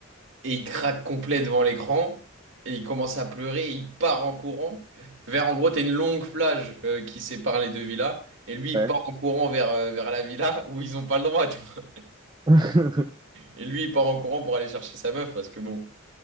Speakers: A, on the right (about 60°); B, on the right (about 20°).
A: Et il craque complet devant l'écran. Et il commence à pleurer. Il part en courant. Vers, en gros, t'as une longue plage euh, qui sépare les deux villas. Et lui, il
B: <laughs> ouais.
A: part en courant vers, euh, vers la villa où ils ont pas le droit, tu vois.
B: <laughs>
A: Et lui, il part en courant pour aller chercher sa meuf parce que bon.